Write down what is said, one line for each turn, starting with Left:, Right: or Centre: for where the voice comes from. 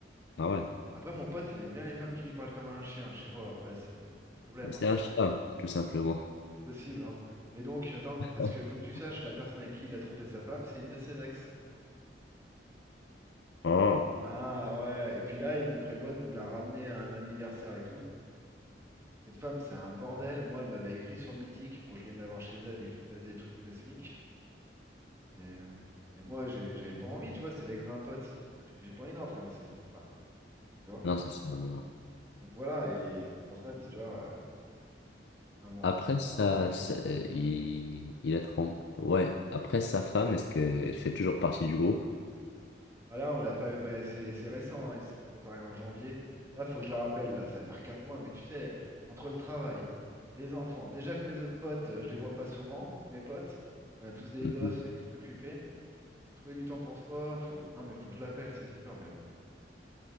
Left: Ah ouais,
Right: Après, après, mon pote, il aime bien les femmes qui lui parlent comme un chien. Je sais pas, après, c'est c'est son problème,
Left: c'est
Right: hein.
Left: un chien, tout simplement.
Right: C'est possible, hein. Mais donc, attends,
Left: <laughs>
Right: parce qu'il faut que tu saches, la personne avec qui il a trompé sa femme, c'est une de ses ex.
Left: Oh.
Right: Ah ouais, et puis là, il nous prévoit de nous la ramener à un anniversaire et tout. Cette femme, c'est un bordel. Moi, elle m'avait écrit sur Mythique pour que je vienne la voir chez elle et que je lui passe des trucs cosmiques. Et, euh, et moi, j'ai- j'avais pas envie, tu vois, c'est l'ex d'un pote. J'ai j'ai pas envie d'entrer dans ces histoires, tu vois.
Left: Non, c'est sûr, non, non.
Right: Donc voilà, et c'est pour ça l'histoire. euh, enfin bon.
Left: Après ça, ça- euh, il, il a trompé. Ouais, après sa femme, est-ce qu'elle fait toujours partie du groupe?
Right: Bah là, on l'a pas eu. Bah, c'est c'est récent, hein, Ils se sont séparés en janvier. Là, faut que je la rappelle, là, ça va faire quatre mois, mais tu sais, entre le travail, les enfants, déjà que mes autres potes, euh, je les vois pas souvent, tous mes potes, on a tous des
Left: Mhm.
Right: gosses, on est tous occupés. Faut trouver du temps pour soi, faut. Non, mais faut que je l'appelle, c'est sûr, mais bon,